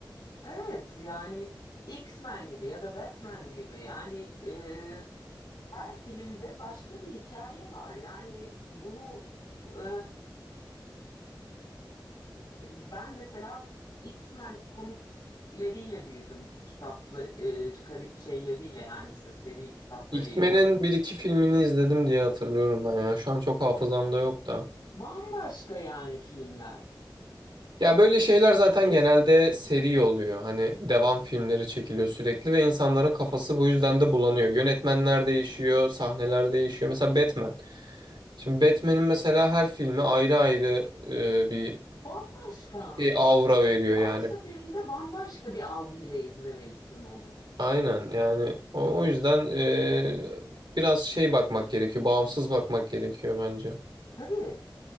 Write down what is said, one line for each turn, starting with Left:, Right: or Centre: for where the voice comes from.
Left: evet yani X-Men gibi ya da Batman gibi. Yani e, her filmde başka bir hikaye var. Yani bunu e, ben mesela X-Men komikleriyle büyüdüm kitaplı e, kari- şeyleriyle yani işte seri kitaplarıyla.
Right: X-Men'in bir iki filmini izledim diye hatırlıyorum ben ya. Şu an çok hafızamda yok da.
Left: Bambaşka yani filmler.
Right: Ya böyle şeyler zaten
Left: Eski
Right: genelde seri oluyor. Hani devam filmleri çekiliyor sürekli ve insanların kafası bu yüzden de bulanıyor. Yönetmenler değişiyor, sahneler değişiyor. Mesela Batman. Şimdi Batman'in mesela her filmi ayrı ayrı e, bir
Left: bambaşka.
Right: şey, aura veriyor
Left: Her
Right: yani.
Left: seferinde bambaşka bir algıyla izlemelisin onu.
Right: Aynen yani o, o yüzden e, biraz şey bakmak gerekiyor, bağımsız bakmak gerekiyor bence.
Left: Tabii